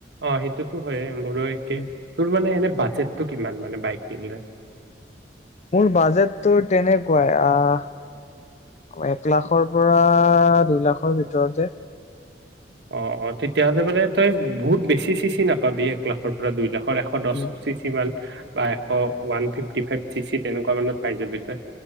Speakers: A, on the right; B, on the left.
A: অ সেইটোতো হয় মোৰো একে
B: উম,
A: তোৰ মানে এনে বাজেট টো কিমান মানে বাইক দিবলে
B: মোৰ বাজেট তটো তেনেকুৱাই আহ এক লাখৰ পৰা দুই লাখৰ ভিতৰতে
A: অ অ তেতিয়াহ'লে বানে তই বহুত বেছি চিচি নাপাবি এক লাখৰ পৰা দুই লাখ এশ দহ
B: উম,
A: চিচি মান বা এশ ওৱান ফিফটি ফাইভ ছিক্সি তেনেকুৱা মানত পাই যাবি তই